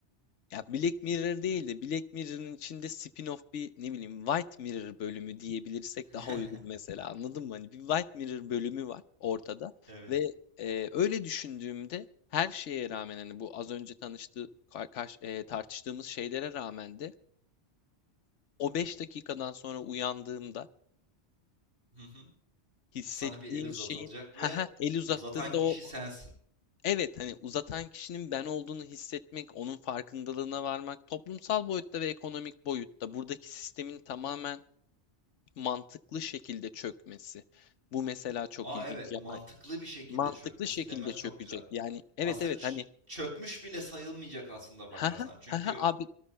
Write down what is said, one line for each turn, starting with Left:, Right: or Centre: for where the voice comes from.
Left: ya Black Mirror değil de Black Mirror'ın içinde spin-off bir ne bileyim White Mirror bölümü diyebilirsek
Right: <laughs>
Left: daha uygun mesela anladın mı? Hani bir White Mirror bölümü var ortada
Right: Evet.
Left: ve e, öyle düşündüğümde her şeye rağmen hani bu az önce tanıştığı kar- karş- e, tartıştığımız şeylere rağmen de o 5 dakikadan sonra uyandığımda
Right: Hı hı.
Left: hissettiğim
Right: Sana bir el uzatılacak
Left: şeyin <laughs> haha,
Right: ve
Left: el uzattığında
Right: uzatan kişi
Left: o
Right: sensin.
Left: Evet hani uzatan kişinin ben olduğunu hissetmek, onun farkındalığına varmak, toplumsal boyutta ve ekonomik boyutta buradaki sistemin tamamen mantıklı şekilde çökmesi. Bu mesela çok
Right: Aa
Left: ilginç.
Right: evet,
Left: Yapay
Right: mantıklı bir şekilde
Left: mantıklı
Right: çökmesi
Left: şekilde
Right: demen çok
Left: çökecek.
Right: güzel.
Left: Yani evet
Right: Aslında
Left: evet
Right: ç-
Left: hani
Right: çökmüş bile sayılmayacak aslında bakarsan.
Left: ha ha
Right: Çünkü
Left: ha ha abi